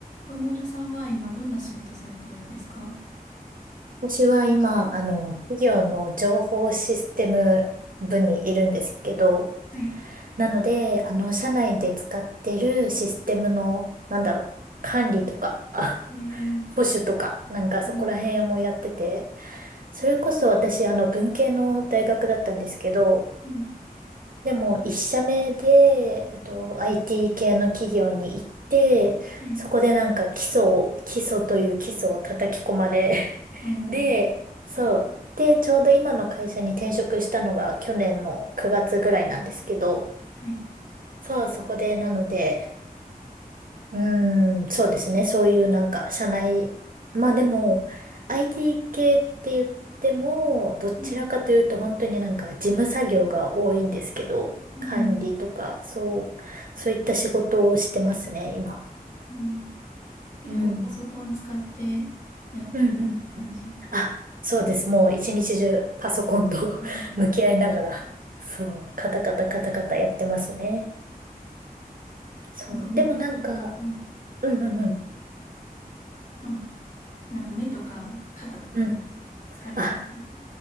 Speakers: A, on the left; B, on the right.
A: 岡村さんは今どんな仕事されてるんですか
B: 私は今、あの、企業の情報システム部にいるんですけど、
A: はい。
B: なので、あの、社内で使ってるシステムの、なんだろう、管理とか、<laughs> あ
A: えー、
B: 保守とか、なんかそこら辺をやってて、
A: うん、
B: それこそ私、あの、文系の大学だったんですけど、
A: うん、
B: でも、一社目で、えっと、IT 系の企業に行って、
A: はい。
B: そこでなんか基礎を、基礎という基礎を叩き込まれ、
A: おー、
B: で、そう。で、ちょうど今の会社に転職したのが去年の9月ぐらいなんですけど、
A: はい。
B: そう、そこで、なので、うーん、そうですね、そういうなんか、社内、まあでも、IT 系って言っても、どちらかというと、
A: うん、
B: 本当になんか、事務作業が多いんですけど、
A: うん、
B: 管理とか、そう、そういった仕事をしてますね、今。
A: うん結構パソコン使ってやってる感じ。
B: うん。うん、うん、あ、そうです。
A: うん
B: もう一日中パソコンと
A: あー
B: <laughs> 向き合いながら、そう、カタカタカタカタやってますね。そう。
A: なんか目とか、
B: でもなんか、
A: うん、
B: うんうんうん、
A: あ、すいません。なんか目とか肩とか
B: うん。
A: 疲れません。
B: あ、